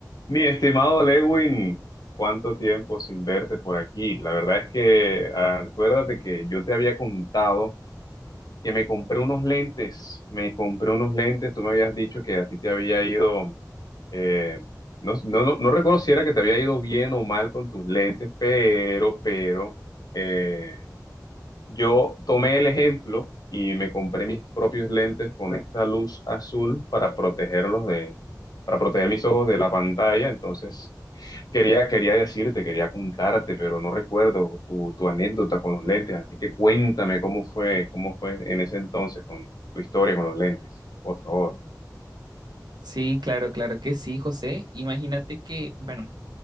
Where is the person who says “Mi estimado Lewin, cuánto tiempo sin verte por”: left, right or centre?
Left